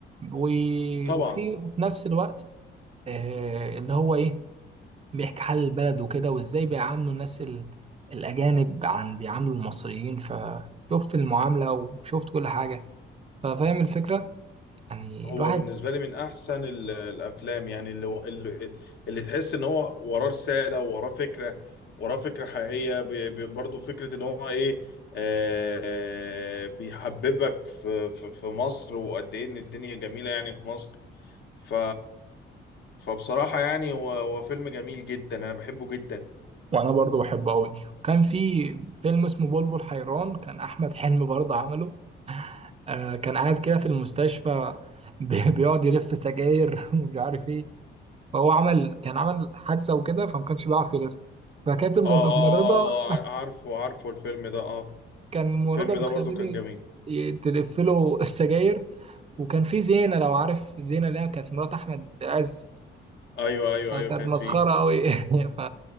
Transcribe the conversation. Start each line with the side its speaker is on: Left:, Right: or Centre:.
Right: و-
Left: طبعا
Right: وفي وفي نفس الوقت آه، اللي هو ايه بيحكي حال البلد وكده وازاي بيعاملوا الناس ال- الاجانب عن بيعاملوا المصريين فشفت المعامله وشفت كل حاجه ففاهم الفكره يعني
Left: هو
Right: الواحد
Left: بالنسبه لي من احسن ال- الافلام يعني اللي اللي, اللي تحس ان هو وراه رساله وراه فكره وراه فكره حقيقيه ب- ب- برضه فكره ان هو ايه آه، بيحببك في في في مصر وقد ايه ان الدنيا جميله يعني في مصر ف فبصراحه يعني هو هو فيلم جميل جدا انا بحبه جدا
Right: وانا برضو بحبه قوي وكان في فيلم اسمه بلبل حيران كان احمد حلمي برضه عمله آه كان قاعد كده في المستشفى بي- <laughs> بيقعد يلف سجاير <laughs> ومش عارف ايه فهو عمل كان عمل حادثه وكده فما كانش بيعرف يلف فكانت الممرضه
Left: اه اه اه آه، عارفه عارفه الفيلم ده اه
Right: كان الممرضة
Left: الفيلم
Right: بتخليني
Left: ده برضو كان جميل
Right: ي- تلف له السجاير وكان في زينة لو عارف زينة اللي هي كانت مرات أحمد عز
Left: ايوه ايوه
Right: كانت
Left: ايوه كانت
Right: مسخرة
Left: فيه
Right: أوي <laughs> ف